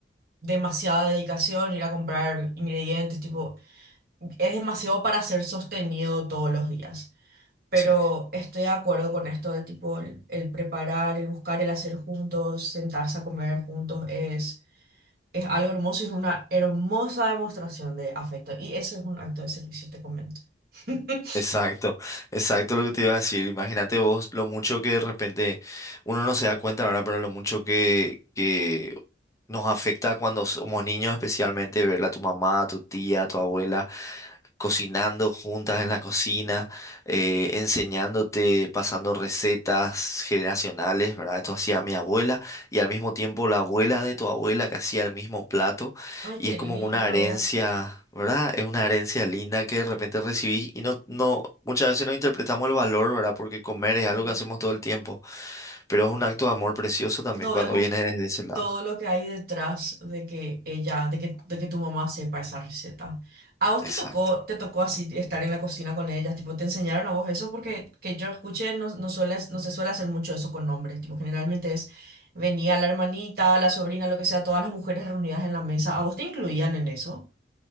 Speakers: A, on the right; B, on the left.
A: demasiada dedicación, ir a comprar ingredientes, tipo, es demasiado para ser sostenido todos los días. pero
B: Sí,
A: estoy de acuerdo con esto de tipo el, el preparar, el buscar, el hacer juntos, sentarse a comer juntos, es, es algo hermoso y es una hermosa demostración de afecto. Y eso es un acto de servicio, te comento. <laughs>
B: exacto, exacto lo que te iba a decir. Imagínate vos lo mucho que de repente uno no se da cuenta, ¿verdad? Pero lo mucho que, que nos afecta cuando somos niños, especialmente verla a tu mamá, a tu tía, a tu abuela. cocinando juntas en la cocina, eh, enseñándote, pasando recetas generacionales, ¿verdad? Esto hacía mi abuela y al mismo tiempo la abuela de tu abuela que hacía el mismo plato
A: Ay,
B: y
A: qué
B: es como
A: lindo.
B: una herencia, ¿verdad? Es una herencia linda que de repente recibís y no, no, muchas veces no interpretamos el valor, ¿verdad? Porque comer
A: Ujú.
B: es algo que hacemos todo el tiempo, pero es un acto de amor precioso también
A: Nos
B: cuando
A: vemos
B: viene desde ese lado.
A: todo lo que hay detrás de que ella, de que, de que tu mamá sepa esa receta. ¿A vos te
B: Exacto.
A: tocó, te tocó así estar en la cocina con ellas? Tipo, ¿te enseñaron a vos eso? Porque que yo escuché, no, no, suele- no se suele hacer mucho eso con hombres. Tipo, generalmente es, venía la hermanita, la sobrina, lo que sea, todas las mujeres reunidas en la mesa. ¿A vos te incluían en eso?